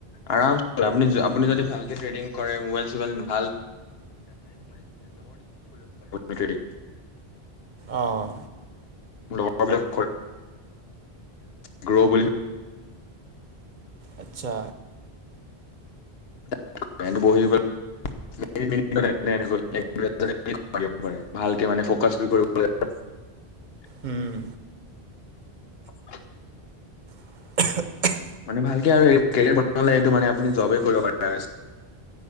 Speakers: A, on the left; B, on the right.
A: আৰাম আপুনি আপুনি যদি ভালকে ট্ৰেডিং কৰে মবাইল চবাইল ভাল কিনি <unintelligible>
B: অঁ।
A: লগৰবিলাক গ্ৰ বুলি
B: আচ্ছা
A: <unintelligible> ভালকে মানে ফকাছ কৰি কৰিব <unintelligible>
B: উম।
A: <unintelligible>
B: <unintelligible>
A: মানে ভালকে আৰু কেৰিয়াৰ বনালে এইটো মানে আপুনি জবেই কৰিব পাৰে